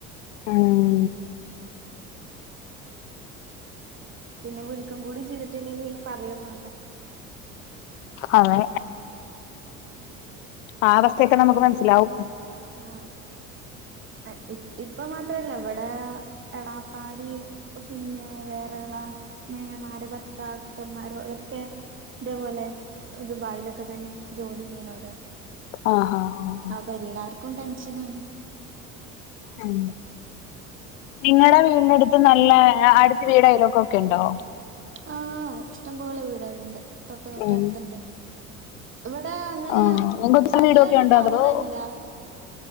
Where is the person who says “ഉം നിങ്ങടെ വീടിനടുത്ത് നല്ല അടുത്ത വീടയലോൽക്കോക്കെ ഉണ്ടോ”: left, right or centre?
Left